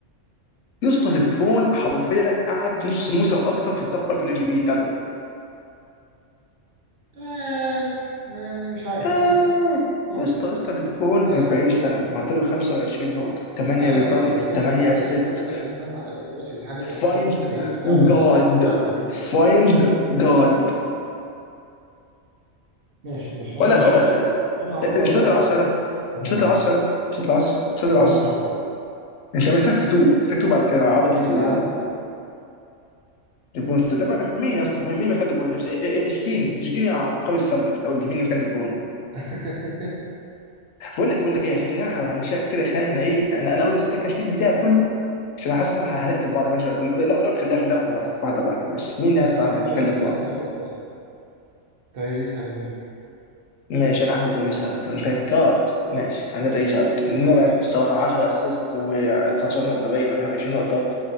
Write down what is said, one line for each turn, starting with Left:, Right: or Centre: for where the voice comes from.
Left: يا اسطى ليبرون حرفيا قعد نص الموسم واكتر في التوب فايف في الام في بي
Right: آه يعني مش عارف
Left: آه
Right: ممكن ممكن
Left: يا اسطى يا اسطى ليبرون
Right: ماشي
Left: 40 سنة معدله 25 نقطة 8
Right: ايوه
Left: ريباوند
Right: ماشي يعني انا
Left: 8
Right: 40
Left: اسيست
Right: سنه 40 سنه على عيني وراسي دي حاجه تحسب
Left: فايند
Right: لي في الكارير بتاعه بس
Left: جاد
Right: بتكلم على السيزون
Left: فايند جاد
Right: ماشي ماشي انا
Left: ولا
Right: هحط
Left: ولا
Right: انا هحط الاول
Left: نسيت
Right: انتوني
Left: العصر
Right: ادوردز
Left: ده
Right: خلينا
Left: نسيت العصر
Right: بس
Left: ده نسيت العصر نسيت
Right: صليت
Left: العصر
Right: العصر بقى
Left: انت محتاج تتوب محتاج تتوب على كده على العبط اللي
Right: ليه
Left: انت بتقوله
Right: يا عم
Left: ده ليبرون طب مين يا اسطى مين مكان ليبرون جيمس إيه- إيه- إيه، اشجيني اشجيني يا عبقري السلة انت قول لي مين مكان ليبرون
Right: <laughs>
Left: بقول لك ايه بقول لك ايه عشان عشان احنا هنمشيها كده يا اخي احنا ايه انا انا اقول السكند تيم بتاعي كله عشان انا حاسس ان احنا هنقتل بعض كمان شويه لا لا لا، خليها خليها واحده واحده واحده واحده ماشي مين
Right: ماشي
Left: الناس عندك
Right: انا
Left: نتكلم
Right: واخد
Left: بقى
Right: هاخد تايريس هاليبرتون
Left: ماشي انا عندي تايويس هالبرتون ثانك جاد ماشي عندي تايويس هالبرتون
Right: كويس
Left: مرعب
Right: اهو
Left: الصراحه 10 اسيست و19 نقطه باين ولا مش عارف 20 نقطه